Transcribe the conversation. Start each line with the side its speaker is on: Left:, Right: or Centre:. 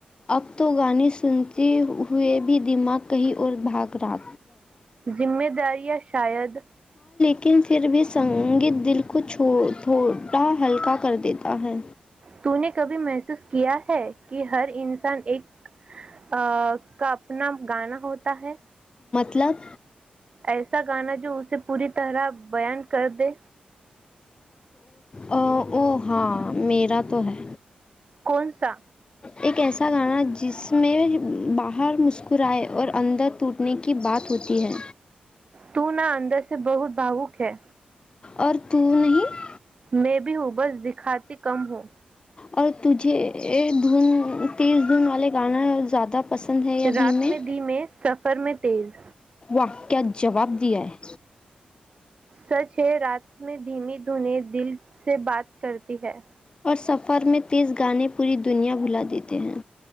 Left: اب تو گانے سنتے ہوئے بھی دماغ کہیں اور بھاگ را
Right: ذمہ داریاں شاید
Left: ن پھر بھی سنگیت دل کو تھوٹا ہلکا کر دیتا ہے
Right: تو نے کبھی محسوس کیا ہے کہ ہر انسان ایک کا اپنا گانا ہوتا ہے
Left: ا لق
Right: ایسا گانا جو اسے پوری طرح بیان کر دے
Left: ا ا ہاں میرا تو ہے
Right: کون سا
Left: ایک ایسا گانا جس میں باہر مسکرائے اور اندر ٹوٹنے کی بات ہوتی ہے
Right: تو نہا اندر سے بہت بھاوک ہے
Left: اور تو نہیں
Right: میں بھی ہوں بس دکھاتی کم ہوں
Left: اور تجھے دھن تیز دھن والے گانا زیادہ پسند ہے یا
Right: رات
Left: دھیمے
Right: میں دی میں سفر میں تیز
Left: کا کیا جواب دیا ہے
Right: سچ ہے رات میں دھیمی دھونی دل سے بات کرتی ہے
Left: اور سفر میں تیز گانے پوری دنیا بھلا دیتے ہیں